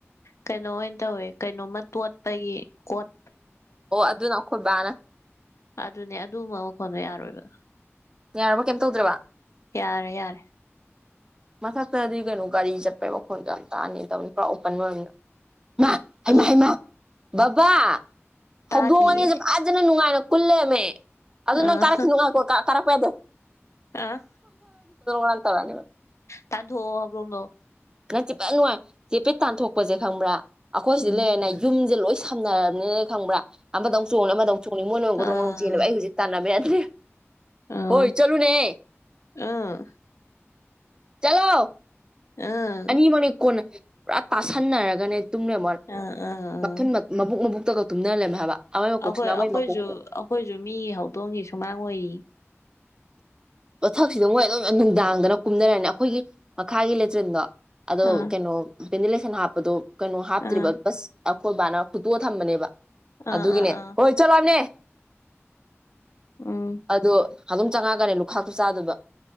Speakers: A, on the left; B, on the right.
A: ꯀꯩꯅꯣ ꯑꯣꯏꯅ ꯇꯧꯋꯦ ꯀꯩꯅꯣꯝꯃ ꯇꯣꯠꯄꯒꯤ ꯀꯣꯠ
B: ꯑꯣ ꯑꯗꯨꯅ ꯑꯩꯈꯣꯏ ꯕꯥꯅ
A: ꯑꯗꯨꯅꯦ ꯑꯗꯨ ꯑꯃ ꯃꯈꯈꯣꯟꯅꯣ ꯌꯥꯔꯣꯏꯕ
B: ꯌꯥꯔꯕ ꯀꯩꯝ ꯇꯧꯗ꯭ꯔꯕ
A: ꯌꯥꯔꯦ ꯌꯥꯔꯦ
B: ꯃꯊꯛꯇꯗꯤ ꯀꯩꯅꯣ ꯒꯥꯔꯤ ꯆꯠꯄꯩ ꯃꯈꯣꯟꯗ ꯌꯥꯝ ꯇꯥꯅꯤ ꯇꯧꯅꯤ ꯄꯨꯔꯥ ꯑꯣꯄꯟ ꯑꯣꯏꯔꯕꯝꯅ ꯃꯥ ꯍꯥꯏꯃ
A: ꯑꯗꯨ
B: ꯍꯥꯏꯃ ꯕꯥ
A: ꯇꯥꯗꯤꯌꯦ
B: ꯍꯧꯗꯣꯛꯑꯉꯅꯤ ꯑꯥꯖꯅ ꯅꯨꯡꯉꯥꯏꯅ ꯀꯜꯂꯃꯦ ꯑꯗꯨ ꯅꯪ
A: ꯑꯥ
B: ꯀꯥꯔꯛꯈꯤꯅꯨꯡꯉꯥꯏꯀꯣ ꯀꯥꯔꯛꯄ ꯌꯥꯗ
A: ꯑꯥ
B: ꯅ ꯇꯧꯔꯛꯅꯤ
A: ꯇꯥꯗꯣꯣꯗꯣ
B: ꯅ ꯆꯦꯄꯠ ꯅꯨꯡꯉꯥꯏ ꯆꯦꯄꯤꯠ ꯇꯥꯟꯊꯣꯛꯄꯁꯦ ꯈꯪꯕ꯭ꯔꯥ ꯑꯩꯈꯣꯏ
A: ꯎꯝ
B: ꯁꯤꯗ ꯂꯩꯔꯦꯅꯦ ꯌꯨꯝ ꯁꯤꯦ ꯂꯣꯏ ꯁꯝꯅꯔꯕꯅꯤꯅ ꯈꯪꯕ꯭ꯔꯥ ꯑꯃꯗꯧ ꯆꯣꯡꯅꯤ ꯑꯃꯗꯧ ꯆꯣꯡꯅꯤ ꯃꯣꯏꯅ ꯑꯃꯨꯗꯧ
A: ꯑꯥ
B: ꯆꯦꯜꯦꯕ ꯑꯩ ꯍꯧꯛꯥꯟꯅꯕꯅꯦ ꯇ꯭ꯔꯦ
A: ꯑꯥ
B: ꯍꯣꯏ ꯆꯂꯨꯅꯦ
A: ꯑꯥ
B: ꯆꯂꯣ
A: ꯑꯥ ꯑꯥ
B: ꯑꯅꯤ ꯃꯅꯤ ꯀꯣꯟ ꯄꯨꯔꯥ ꯇꯥꯥꯁꯥꯟꯅꯔꯒꯅꯤ ꯇꯨꯡꯂ ꯃꯊ
A: ꯑꯥ ꯑꯥ
B: ꯃꯕꯨꯛ ꯃꯕꯨ ꯇꯨꯀ ꯇꯨꯝꯅꯔꯝꯃꯦ ꯍꯥꯏꯕ ꯑꯃꯒꯤ ꯃꯀꯣꯛꯁꯤꯅ
A: ꯑꯩꯈꯣꯏ
B: ꯑꯃꯒꯤ
A: ꯑꯩꯈꯣꯏꯁꯨ
B: ꯃꯀꯣꯛ
A: ꯑꯩꯈꯣꯏꯁꯨ ꯃꯤꯒꯤ ꯍꯧꯗꯣꯡꯒꯤ ꯁꯨꯃꯥꯡ ꯑꯣꯏꯔꯤ
B: ꯃꯊꯛꯁꯤꯗ ꯃꯣꯏ ꯑꯗꯨꯝ ꯅꯨꯡꯗꯥꯡꯗꯅ ꯀꯨꯝꯅꯔꯅꯤ ꯑꯩꯈꯣꯏꯒꯤ ꯃꯈꯥꯒꯤ ꯂꯦꯇ꯭ꯔꯤꯟꯗꯣ ꯑꯗꯣ
A: ꯑꯥ
B: ꯀꯩꯅꯣ ꯄꯦꯟꯗꯤꯂꯦꯁꯟ ꯍꯥꯞꯄꯗꯣ ꯀꯩꯅꯣ ꯍꯥꯞꯇ꯭ꯔꯤꯕ
A: ꯑꯥ
B: ꯕꯁ ꯑꯩꯈꯣꯏ ꯕꯥꯅꯔ ꯐꯨꯠꯇꯣꯛꯑ ꯊꯝꯕꯅꯦꯕ
A: ꯑꯥ
B: ꯑꯗꯨꯒꯤꯅꯦ
A: ꯑꯥ ꯑꯥ
B: ꯍꯣꯏ ꯆꯠꯂꯕꯅꯦ
A: ꯎꯝ
B: ꯑꯗꯣ ꯑꯗꯨꯝ ꯆꯪꯉꯛꯒꯅꯦ ꯈꯥꯛꯇ ꯆꯥꯗꯕ